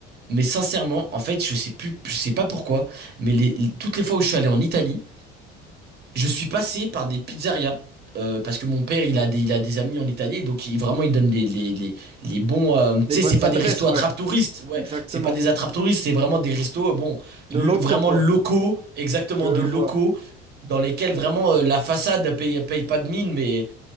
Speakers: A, on the right; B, on the right.
A: Mais sincèrement, en fait, je sais plus, je sais pas pourquoi, mais les, toutes les fois où je suis allé en Italie je suis passé par des pizzerias. euh, parce que mon père, il a des, il a des amis en Italie, donc il, vraiment, il donne les, les, les, les bons. euh, tu
B: Les
A: sais,
B: bonnes
A: c'est pas
B: adresses,
A: des restos attrape-touristes,
B: ouais.
A: ouais,
B: Exactement.
A: c'est pas des attrape-touristes, c'est vraiment des restos, euh, bon,
B: De
A: l-
B: locaux,
A: vraiment
B: quoi.
A: locaux, exactement
B: Je
A: de locaux,
B: vois.
A: dans lesquels vraiment euh, la façade paye, paye pas de mine, mais